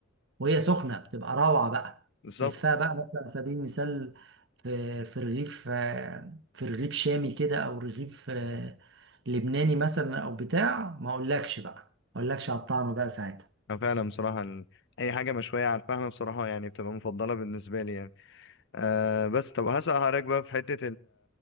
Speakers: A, on the right; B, on the left.
A: وهي سخنه بتبقى روعه بقى
B: بالظبط
A: تلفها بقى مثلا على سبيل المثال في في رغيف آه، في رغيف شامي كده او رغيف آه، لبناني مثلا او بتاع ما اقولكش بقى ما اقولكش على الطعم بقى ساعتها
B: أه فعلا بصراحة ال... أي حاجة مشوية على الفحم بصراحة يعني بتبقى مفضلة بالنسبة لي يعني أه بس طب هسأل حضرتك بقى في حتة